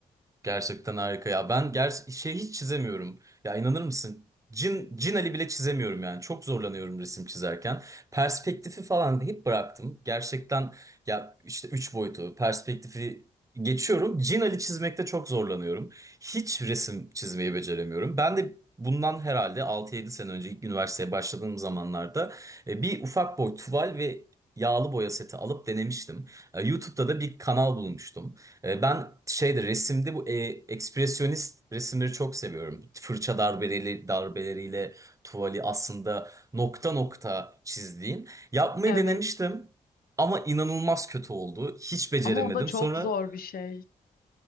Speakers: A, on the right; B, on the left.
A: Gerçekten harika ya. Ben ger şey hiç çizemiyorum. Ya inanır mısın? Cin, Cin Ali bile çizemiyorum yani. Çok zorlanıyorum resim çizerken. Perspektifi falan deyip bıraktım. Gerçekten ya işte üç boyutu perspektifi geçiyorum. Cin Ali çizmekte çok zorlanıyorum. Hiç resim çizmeyi beceremiyorum. Ben de bundan herhalde altı yedi sene önce ilk üniversiteye başladığım zamanlarda e, bir ufak boy tuval ve yağlı boya seti alıp denemiştim. E, YouTube'da da bir kanal bulmuştum. E, Ben şeyde resimde bu e, ekspresyonist resimleri çok seviyorum. Fırça darbeleri, darbeleriyle tuvali aslında nokta nokta çizdiğin. Yapmayı
B: Evet.
A: denemiştim ama inanılmaz kötü oldu. Hiç beceremedim.
B: Ama o da çok
A: Sonra
B: zor bir şey.